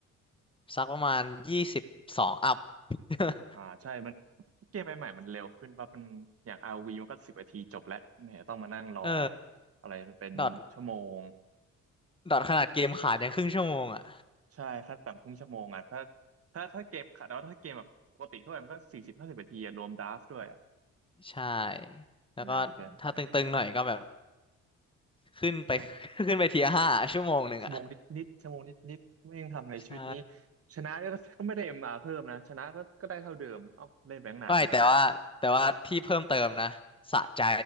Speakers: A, on the left; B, on the right.
A: สักประมาณยี่สิบสองอัพ <laughs>
B: อ่าใช่มันเกมใหม่ๆมันเร็วขึ้นว่าะมันอย่าง r ีมันก็สิบนาทีจบแล้วไม่เห็นต้องมานั่งรอ
A: เออ
B: อะไรเป็นชั่วโมง
A: ดอทดอทขนาดเกมขาดยังครึ่งชั่วโมงอ่ะ
B: ใช่ขั้นต่ำครึ่งชั่วโมงอ่ะถ้าถ้าถ้าเกมขัดแล้วถ้าเกมแบบปกติทั่วไปมันก็สี่สิบห้าสิบนาทีอะรวมดราฟต์ด้วยอ่ะ
A: ใช่แล้วก็ถ้าตึงๆหน่อยก็แบบ
B: นานเกินไป
A: ขึ้นไป
B: ชั่ว
A: <laughs> ขึ้นไปเทียห้าชั่วโมงหนึ่งอ่ะ
B: ชั่วโมงนิดนิดชั่วโมงนิดนิดไม่ยังทำอะไรชีวิตนี้
A: ใช่
B: ชนะก็ก็ไม่ได้เอ็มอาร์เพิ่มนะชนะก็ก็ได้เท่าเดิมเอ้าเล่นแบงค์นานทำไมวะ
A: ไม่แต่ว่าแต่ว่าที่เพิ่มเติมนะสะใจ